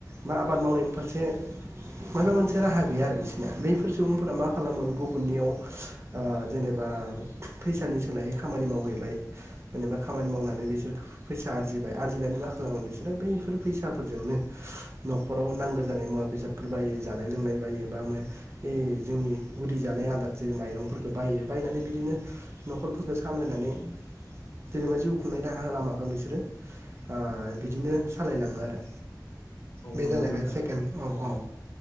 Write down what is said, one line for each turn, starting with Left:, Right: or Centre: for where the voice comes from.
Right: बा आबाद मावनायनि फसे माबा मोनसे राहा गैया आरो बिसोर बैफोर सुबुंफोरा मा खालामो गुबुननियाव जेनेबा फैसानि सोलाय खामानि मावो बाय जेनेबा खामानि मावनानै बिसोर फैसा आरजिबाय आरजिनानै मा खालामो बिसोरो बैफोर फैसाफोरजोंनो न'खराव नांगौ जानाय मुवा बेसादफोर बायो जानाय लोंनाय बायो बा इ जोंनि गुदि जानाय आदार जेरै माइरंफोरखौ बायनानै बिदिनो न'खरफोरखौ सामलायनानै जेनेबा जिउ खुंनाय राहा लामाखौ बिसोरो आ बिदिनो सालायलाङो आरो बे
Left: नंगौ
Right: जालायबाय
Left: नोंथां
Right: सेकेणड औ
Left: उम
Right: औ